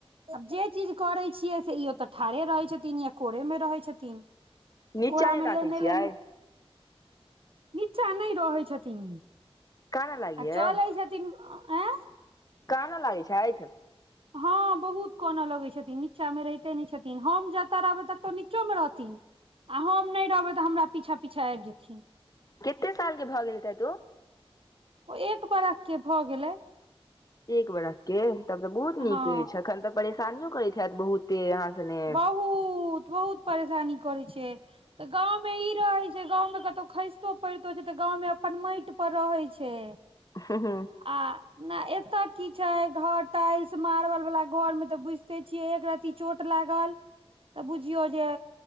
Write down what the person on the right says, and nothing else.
आब जे चीज करै छियै से ई ओ तऽ ठाढ़े रहै छथिन या कोरे मे रहै छथिन तऽ
कोरा
मे
लेने
लेने निचा नहि रहै छथिन
आ चलै छथिन अं आंय
हँ बहुत कानऽ लगै छथिन नीचा मे रहिते नहि छथिन हम जतऽ रहबै ततऽ नीचो मे रहथिन आ हम नहि रहबै तऽ हमरा पीछा पीछा आबि जेथिन
ओ एक बरख के भऽ गेलै
हँ
बहुत बहुत परेशानी करै छै तऽ गांव मे ई रहै छै गांव में कतौ खसितो पड़ितो छै तऽ गांव में अपन माटि पर रहै छै
आ ने एता की छै घर टाइल्स मारबल वाला घर में ते बुझते छीये एक रती चोट लागल तऽ बुझियौ जे